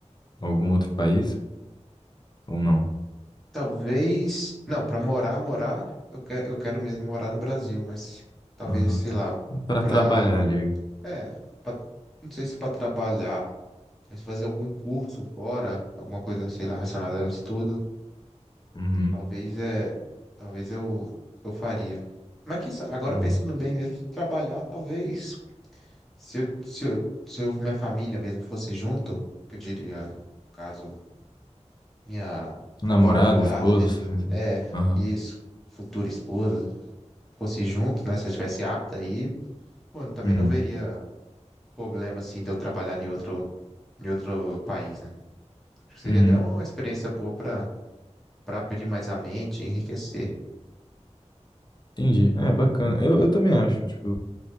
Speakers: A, on the left; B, in the centre.
A: algum outro país ou não?
B: Talvez, não, para morar, morar, eu quero, eu quero mesmo morar no Brasil, mas talvez,
A: Aham.
B: sei lá,
A: Para
B: para,
A: trabalhar ali.
B: é, pra- não sei se para trabalhar. Quer fazer algum curso fora, alguma coisa, sei lá, relacionada ao estudo,
A: Uhum.
B: talvez é, talvez eu, eu faria. Mas quem sa- agora
A: Uhum.
B: pensando bem mesmo, trabalhar, talvez, se eu, se eu, se eu- minha família mesmo fosse junto, que eu diria, no caso, minha
A: Namorada,
B: agora namorada,
A: esposa,
B: né?
A: essas coisas assim.
B: É,
A: Aham.
B: isso, futura esposa, fosse junto, né? Se eu estivesse apta aí, pô, eu também
A: Uhum.
B: não veria problema, assim, de eu trabalhar em outro, em outro país, né? Acho que Seria
A: Uhum.
B: até uma experiência boa para para abrir mais a mente, enriquecer.
A: Entendi. É, bacana. Eu, eu também acho. Tipo,